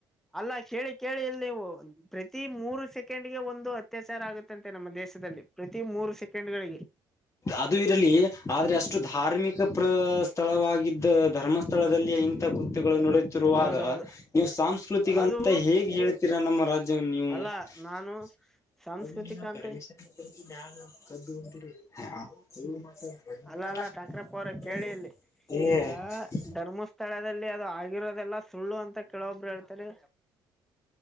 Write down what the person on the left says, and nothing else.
ಅದು ಇರಲಿ ಆದ್ರೆ ಅಷ್ಟು ಧಾರ್ಮಿಕ ಪ್ರ ಸ್ಥಳವಾಗಿದ್ದ ಧರ್ಮಸ್ಥಳದಲ್ಲಿ ಇ. ಗುತುಗಳು ನಡುತ್ತಿರುವಾಗ
ನೀವು ಸಾಂಸ್ಕೃತಿಕ
ಅಂತ ಹೇಗೆ ಹೇಳ್ತೀರಾ <unintelligible>
<unintelligible> <unintelligible>